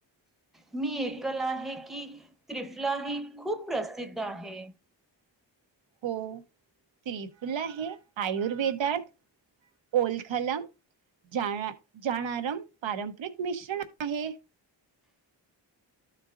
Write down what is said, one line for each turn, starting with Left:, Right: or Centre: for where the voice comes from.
Centre: मी ऐकलं आहे, की त्रिफला ही खूप प्रसिद्ध आहे.
Right: हो, त्रिफला हे आयुर्वेदात ओलखलम् जाणा जाणारम् पारंपरिक मिश्रण आहे.